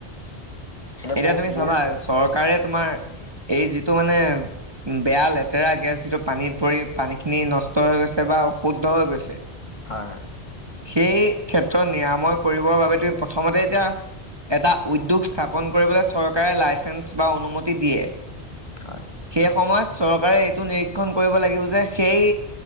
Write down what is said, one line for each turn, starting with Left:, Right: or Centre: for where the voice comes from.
Right: এতিয়া
Left: বহু
Right: তুমি
Left: বহু
Right: চাবা চৰকাৰে তোমাৰ, এই যিটো মানে বেয়া লেতেৰা গেছ, যিটো পানীত পৰি পানীখিনি নষ্ট হৈ গৈছে বা অশুদ্ধ হৈ গৈছে।
Left: হয়, হয়।
Right: সেই ক্ষেত্ৰ নিৰাময় কৰিবৰ বাবে, তুমি প্ৰথমতে এতিয়া এটা উদ্যোগ স্থাপন কৰিবলৈ চৰকাৰে লাইচেন্স বা অনুমতি দিয়ে।
Left: হয়।
Right: সেই সময়ত চৰকাৰে এইটো নিৰীক্ষণ কৰিব লাগিব যে সেই